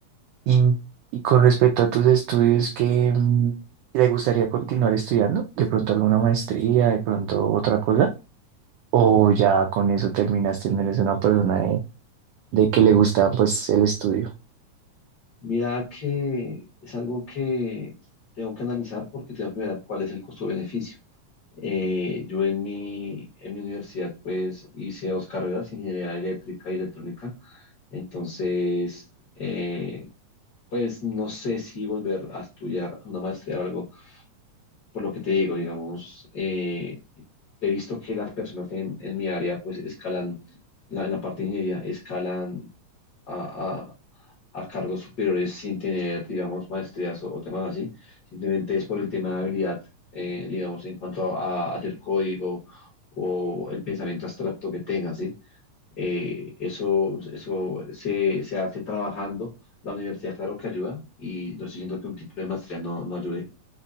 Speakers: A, on the right; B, on the left.
A: Y, y con respecto a tus estudios, ¿qué mm, te gustaría continuar estudiando? ¿De pronto alguna maestría, de pronto otra cosa? ¿O ya con eso terminaste, no eres una persona de, de que le gusta pues el estudio?
B: Mira que es algo que tengo que analizar porque tengo que ver cuál es el costo-beneficio. Eh, yo en mi, en mi universidad pues hice dos carreras, ingeniería eléctrica y electrónica. Entonces, eh, pues no sé si volver a estudiar una maestría o algo, por lo que te digo, digamos, eh, he visto que las personas en, en mi área, pues escalan, en la, en la parte de ingeniería, escalan a, a- a cargos superiores sin tener, digamos, maestrías o, o temas así. Simplemente es por el tema de habilidad, eh, digamos, en cuanto a, hacer código o el pensamiento abstracto que tengan, ¿sí? Eh, eso eso se, se hace trabajando. La universidad, claro que ayuda, y no estoy diciendo que un título de maestría no, no ayude